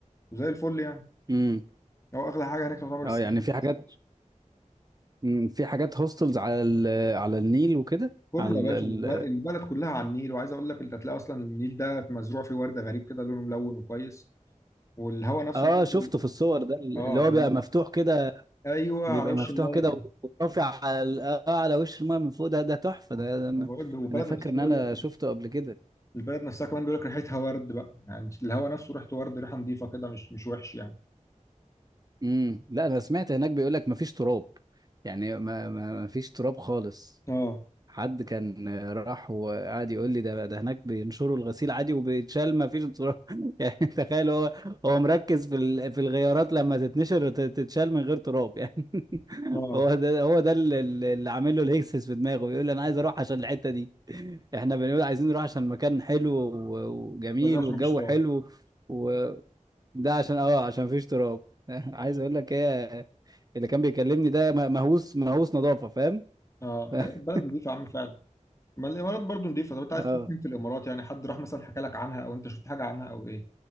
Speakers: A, on the left; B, on the right.
A: وزي الفل يعني
B: امم
A: هو اغلى حاجه هناك تعتبر السكن
B: اه يعني في حاجات مم، في حاجات هوستلز على ال... على النيل وكده
A: كله
B: على
A: يا باشا
B: ال...
A: الب- البلد كلها على النيل وعايز اقول لك انت هتلاقي اصلا النيل ده مزروع فيه ورد غريب كده لونه ملون وكويس والهواء نفسه
B: اه
A: بيقول
B: شفته
A: لك-
B: في الصور ده اللي
A: اه
B: هو
A: الن-
B: بيبقى مفتوح كده
A: ايوه
B: بيبقى
A: على وش
B: مفتوح
A: الميه
B: كده
A: كده
B: ورافع على ال- آه على وش الماء من فوق ده ده تحفة
A: آه،
B: ده, ده انا
A: بقول- والبلد
B: انا فاكر
A: نفسها
B: ان
A: بيقول
B: انا
A: لك
B: شفته قبل كده
A: البلد نفسها كمان بيقول لك ريحتها ورد بقى يعني الهواء نفسه ريحته ورد ريحه نظيفه كده مش مش وحش يعني
B: امم لا انا سمعت هناك بيقول لك مفيش تراب يعني ما ما- مفيش تراب خالص
A: اه
B: حد كان راح وقعد يقول لي ده ده هناك بينشروا الغسيل عادي وبيتشال ما فيش تراب <laughs> يعني تخيل هو هو مركز في ال- في الغيارات لما تتنشر وت- تتشال من غير تراب يعني <laughs>
A: اه
B: هو ده هو ده اللي, اللي عامل له الهيكسس في دماغه بيقول لي انا عايز اروح عشان الحته دي <laughs> احنا بنقول عايزين نروح عشان المكان حلو و- وجميل
A: ما زرعش
B: والجو
A: مفيش تراب
B: حلو وده عشان اه عشان مفيش تراب <laughs> عايز اقول لك ايه اللي كان بيكلمني ده مهووس مهووس نظافه فاهم
A: اه
B: <laughs>
A: لا البلد نضيفة يا عم فعلا ما الامارات برضو نضيفة طب انت عايز
B: اه
A: تروح فين في الامارات يعني حد راح مثلا حكى لك عنها او انت شفت حاجة عنها او ايه